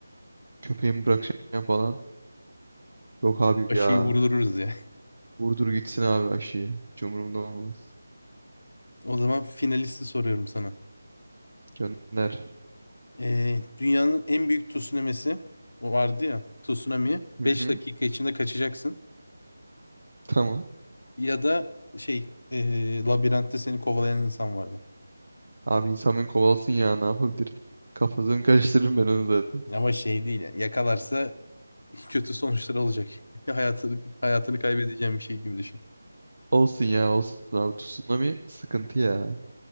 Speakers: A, on the right (about 65°); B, on the left (about 70°).
A: Köpeğimi bırakacağım falan. Yok abi
B: Aşıyı
A: ya.
B: vurdururuz ya. <laughs>
A: Vurdur gitsin abi aşıyı. Hiç umurumda olmaz.
B: O zaman finalisti soruyorum sana.
A: Gönder.
B: Ee, dünyanın en büyük tsunami'si o vardı ya. Tsunami.
A: Hı
B: 5
A: hı.
B: dakika içinde kaçacaksın.
A: Tamam.
B: Ya da şey ee, labirentte seni kovalayan insan vardı.
A: Abi insan beni kovalasın ya ne yapabilir? Kafasını karıştırırım ben onu zaten.
B: Ama şey değil yani. Yakalarsa <laughs> kötü sonuçlar olacak. <laughs> Hayatını, hayatını kaybedeceğin bir şey gibi düşün.
A: Olsun ya olsun abi. Tsunami sıkıntı ya. Ya